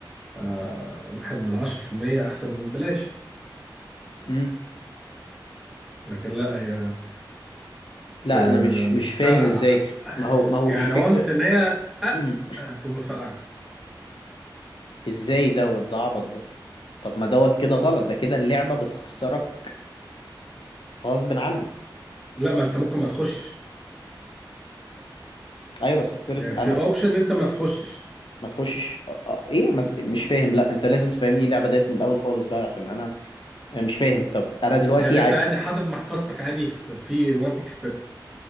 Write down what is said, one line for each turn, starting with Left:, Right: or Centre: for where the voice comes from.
Centre: آه واحد من عشرة في المية أحسن من بلاش
Left: امم
Centre: لكن لا هي
Left: لا
Centre: ب-
Left: انا مش مش
Centre: بتفرقع
Left: فاهم ازاي ما هو ما هو
Centre: يعني
Left: الفكره
Centre: وانس إن هي
Left: <clears throat>
Centre: أه
Left: مم.
Centre: هتقوم مفرقعة
Left: ازاي دوت ده عبط ده طب ما دوت كده غلط ده كده اللعبه بتخسرك غصب عنك
Centre: لا ما أنت ممكن ما تخشش
Left: ايوه بس افترض
Centre: يعني في
Left: انا
Centre: أوبشن إن أنت ما تخشش
Left: ما تخشش أ- أ- ايه ما... مش فاهم لا انت لازم تفهمني اللعبه ديت من الاول خالص بقى عشان انا أنا مش فاهم طب انا دلوقتي
Centre: يعني أنت
Left: عاي...
Centre: عادي حاطط محفظتك عادي في في وان اكسبت